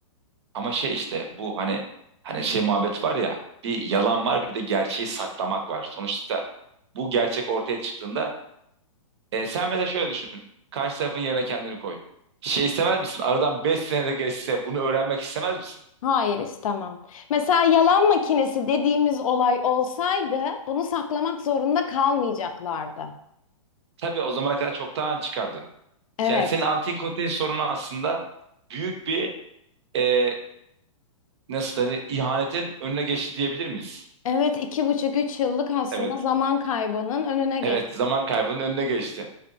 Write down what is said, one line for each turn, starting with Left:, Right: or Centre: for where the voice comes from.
Right: Ama şey işte bu hani hani şey muhabbet var ya bir yalan var bir de gerçeği saklamak var. Sonuçta bu gerçek ortaya çıktığında E, sen mesela şöyle düşün. Karşı tarafın yerine kendini koy. Şey istemez misin? Aradan 5 senede geçse bunu öğrenmek istemez misin?
Left: Hayır istemem. Mesela yalan makinesi dediğimiz olay olsaydı bunu saklamak zorunda kalmayacaklardı.
Right: Tabii o zamana kadar çoktan çıkardı.
Left: Evet.
Right: Yani senin antin kontin sorunu aslında büyük bir e, nasıl denir ihanetin önüne geçti diyebilir miyiz?
Left: Evet iki buçuk üç yıllık aslında
Right: Evet.
Left: zaman kaybının önüne geç.
Right: Evet zaman kaybının önüne geçti.